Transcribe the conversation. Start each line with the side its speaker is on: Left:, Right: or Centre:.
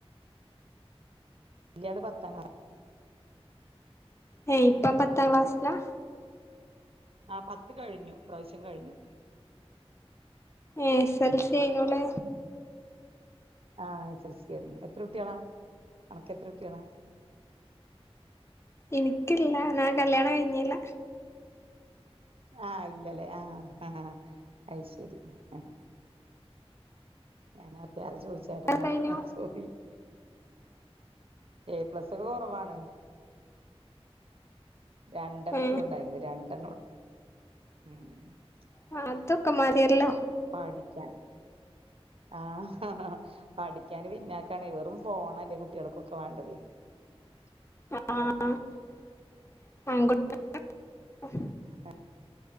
Right: വല്യാള് പത്താം ക്ലാസ്
Left: ഏയ് ഇപ്പം പത്താംക്ലാസ്സ്ലാ?
Right: ആപത്ത്കഴിഞ്ഞു ഇപ്രാവശ്യംകഴിഞ്ഞു.
Left: ഏ എസ്എൽസിയ്നുലെ?
Right: ആഹഎസ്എൽസിയിരുന്നു എത്ര കുട്ടിയളാ അനക്ക്എത്രകുട്ടിയളാ?
Left: എനിക്കില്ല ഞാൻകല്യാണം കഴിഞ്ഞില്ല
Right: ആഹ് ഇല്ല ലെ ആഹ് ഹഹഹ അയ്ശരി ഹ ഹ <unintelligible> ചോയ്ച്ചാട്ടോ
Left: കഴിഞ്ഞു
Right: അഹ് സോറി ഏ പ്ലസ്സൊക്കെ കൊറവാണ് രണ്ടെണ്ണൊള്ളൂ
Left: ഏ
Right: ഉണ്ടായിരുന്ന് രണ്ട് <unintelligible>
Left: അ അതൊക്കെമതിയല്ലോ
Right: പഠിക്ക്യാൻ ആഹ ഹഹഹ പഠിക്ക്യാന്പിന്നാക്കാണെ വെറുംഫോണല്ലേ കുട്ടിയാൾക്കൊക്കെവാണ്ടത്.
Left: <unintelligible>
Right: അഹ